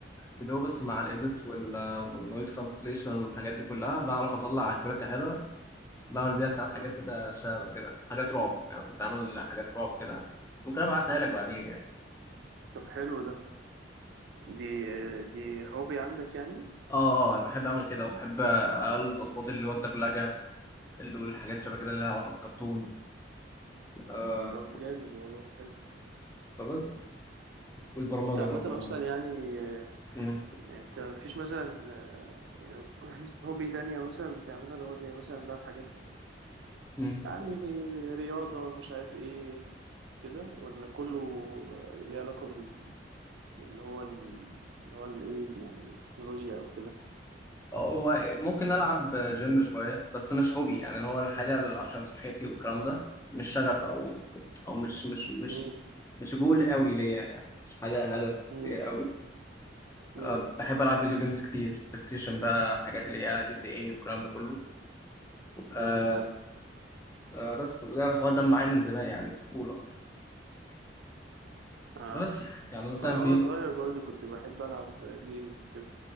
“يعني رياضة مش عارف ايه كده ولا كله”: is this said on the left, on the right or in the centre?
Right